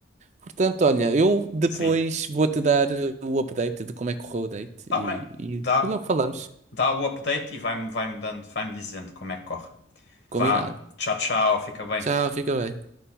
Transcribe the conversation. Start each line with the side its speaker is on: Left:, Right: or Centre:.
Right: Portanto, olha, eu depois
Left: Sim,
Right: vou-te dar eh, o update de como é que correu o date
Left: está
Right: e,
Left: bem.
Right: e,
Left: Dá,
Right: e logo falamos.
Left: dá o update e vai-me vai-me dando, vai-me dizendo como é que corre.
Right: Combinado.
Left: Vá, tchau, tchau, fica bem.
Right: Tchau, fica bem.